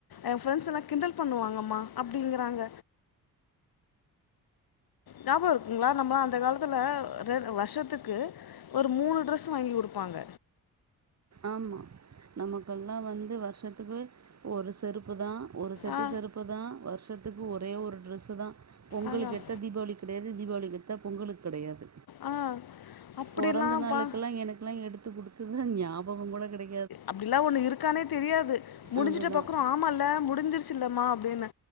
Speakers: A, on the left; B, on the right.
A: எ ஃப்ரெண்ட்ஸ் எல்லா கிண்டல் பண்ணுவாங்கம்மா அப்டிங்கிறாங்க ஞாபகோ இருக்குங்ளா நம்மளா அந்த காலத்துல ரெ வருஷத்துக்கு ஒரு மூணு ட்ரெஸ் வாங்கி குடுப்பாங்க
B: ஆமா நமக்கெல்லா வந்து வருஷத்துக்கு ஒரு செருப்பு தா ஒரு செட்டு
A: ஆ
B: செருப் பு தா வருஷத்துக்கு ஒரே ஒரு ட்ரெஸ் தா பொங்கலுக்கு
A: அதான்
B: எடுத்தா தீபாவளிக்கு கெடையாது தீபாவளிக்கு எடுத்தா பொங்கலுக்கு கெடையாது
A: ஆ அப்படிலாம்ப்பா
B: பொறந்த நாளுக்குல்லா எனக்குல்லா எடுத்து குடுத்துததா ஞாபகோ கூட கெடை
A: அப்டில்லா ஒண்ணு இருக்கானே தெரியாது முடிஞ்சுட்டு
B: அதுதா
A: பாக்றோ ஆமால்ல முடிஞ்சுருச்சுலம்மா அப்டினு